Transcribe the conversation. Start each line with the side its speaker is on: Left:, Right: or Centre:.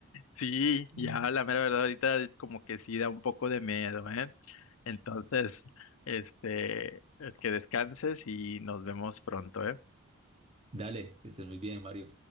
Left: Sí,
Right: Mm.
Left: ya la mera verdad ahorita es como que sí da un poco de miedo, ¿eh? Entonces, este, es que descanses y nos vemos pronto, ¿eh?
Right: Dale, que estés muy bien, Mario.